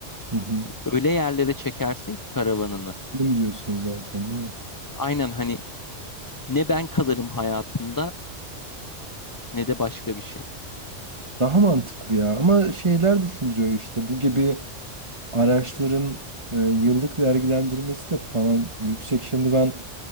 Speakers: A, on the right; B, on the left.
A: hı hı.
B: öyle yerlere çekersin ki karavanını.
A: Benim diyorsunuz zaten değil mi?
B: Aynen hani ne ben kalırım hayatında ne de başka bir şey.
A: Daha mantıklı ya. Ama şeyler düşündürüyor işte. Bu gibi araçların e, yıllık vergilendirmesi de falan yüksek. Şimdi ben